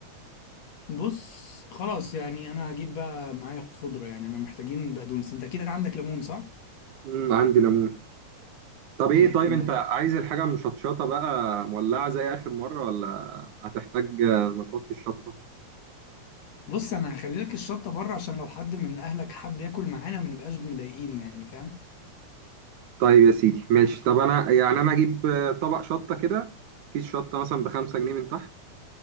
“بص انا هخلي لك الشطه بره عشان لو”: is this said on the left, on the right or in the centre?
Left